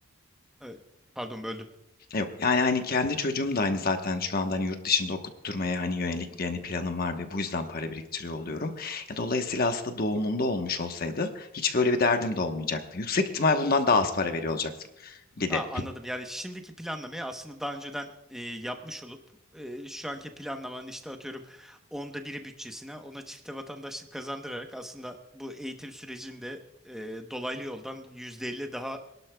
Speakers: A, in the centre; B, on the left (about 45°).
A: Evet, pardon böldüm.
B: Yok yani hani kendi çocuğum da hani zaten şu anda hani yurt dışında okutturmaya hani yönelik bir hani planım var ve bu yüzden para biriktiriyor oluyorum. Ya dolayısıyla aslında doğumunda olmuş olsaydı hiç böyle bir derdim de olmayacaktı. Yüksek ihtimal bundan daha az para veriyor olacaktım bir
A: Ha,
B: de.
A: anladım. Yani şimdiki planlamayı aslında daha önceden e, yapmış olup e, şu anki planlamanın işte atıyorum onda biri bütçesine ona çifte vatandaşlık kazandırarak aslında bu eğitim sürecinde e, dolaylı yoldan %50 daha